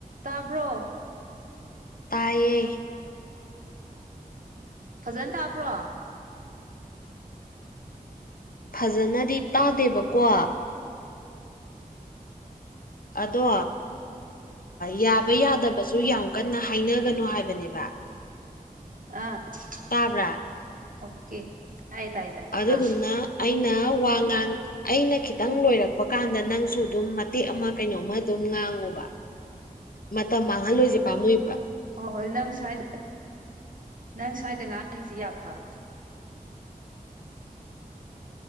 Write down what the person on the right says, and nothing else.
ꯇꯥꯕ꯭ꯔꯣ꯫
ꯐꯖꯅ ꯇꯥꯕ꯭ꯔꯣ꯫
ꯑꯥ <unintelligible>
ꯑꯣꯀꯦ ꯇꯥꯏ ꯇꯥꯏ꯫
ꯑꯥ
ꯍꯣ ꯍꯣꯏ ꯅꯪ ꯁ꯭ꯋꯥꯏꯗ ꯅꯪ ꯁ꯭ꯋꯥꯏꯗ ꯉꯥꯡꯁꯤ ꯌꯥꯕ꯭ꯔꯣ꯫